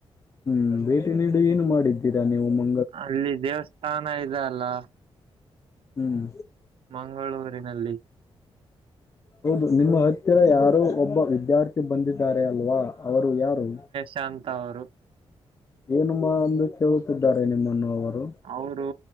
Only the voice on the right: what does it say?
ಅಲ್ಲಿ ದೇವಸ್ಥಾನ ಇದೆ ಅಲ್ಲಾ
ಮಂಗಳೂರಿನಲ್ಲಿ.
ಶಾಂತ ಅವರು
ಅವರು